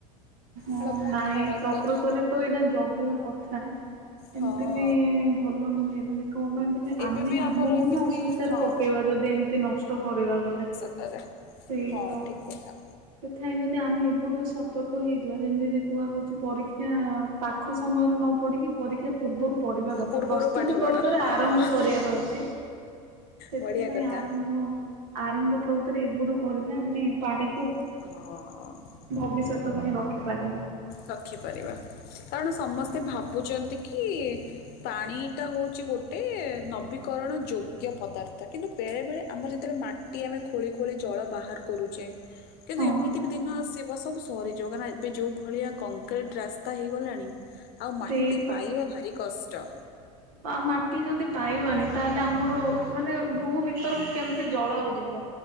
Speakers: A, on the right; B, on the left.
A: ହଁ
B: ଏଟା ବହୁତ
A: ନାଇଁ
B: ଖରାପ କଥା
A: ପ୍ରକୃତରେ ତେ ଏଇଟା ଜଗିବା କଥା
B: ହଁ।
A: ଏମତି ବି ଭଲ ନୁହେ ଲେ କଁ ପାଇଁ ଦେଲେ
B: ଏବେ
A: ଆମେ
B: ବି
A: ଆମକୁ
B: ଆମର ଏମିତି
A: ହିଁ ଅସୁବିଧାରେ
B: ହଁ
A: ପକେଇବା ଯଦି ଏମତି ନଷ୍ଟ କରିବା ବଲେ।
B: ତା ରେ
A: ସେଇ
B: ହଁ
A: ତ
B: ଠିକ୍ କଥା।
A: ସେଥିପାଇଁ ଯଦି ଆମେ ଏବେଠୁ ସତର୍କ ହେଇଯିବା ଯେମିତି କୁହା ହଉଚି ପରୀ <unintelligible> ପାଖ ସମୟରେ ନ ପଡ଼ିକି ପରୀକ୍ଷା ପୂର୍ବରୁ ପଢିବା କଥା
B: ପୂର୍ବରୁ
A: ପ୍ରସ୍ତୁତି
B: ପାଠ
A: ପ୍ରଵୄତରେ
B: ପଢ ହଁ
A: ଆରମ୍ଭ କରିବାର ଅଛି। ସେଥିପାଇଁ
B: ବଢିଆ କଥା।
A: ଆରମ୍ଭ ଆରମ୍ଭ ପ୍ରଭୃତିରେ ଏବଠୁ କରିଲେ ଆମେ ପାଣି
B: ହଁ।
A: ଭବିଷ୍ୟତ ପାଇଁ ରଖିପାରିଆ।
B: ରଖିପାରିବା କାରଣ ସମସ୍ତେ ଭାବୁଚନ୍ତି କି ପାଣିଟା ହୋଉଚି ଗୋଟେ ନବୀକରଣ ଯୋଗ୍ୟ ପଦାର୍ଥ କିନ୍ତୁ ବେଳେ ବେଳେ ଆମର ଯେତେବେଳେ ମା ଟି ଆମେ ଖୋଳି ଖୋଳି ଜଳ ବାହାର କରୁଚେ। କିନ୍ତୁ
A: ହଁ
B: ଏମିତି ବି ଦିନ ଆସିବ ସବୁ ସରିଯିବ କାଁଇ ଏବେ ଯୋଉ ଭଳିଆ କଂକ୍ରିଟ୍ ରାସ୍ତା ହୋଇଇଗଲାଣି ଆଉ ମାଟି
A: ସେଇ
B: ପାଇବା ଭାରି କଷ୍ଟ।
A: ଆ ମାଟି ଯଦି ପାଇବାନି ତାହେଲେ ଆମର ମାନେ ଭୂ ଭିତରକୁ କେମିତି ଜଳ ଆଉ ଯିବ?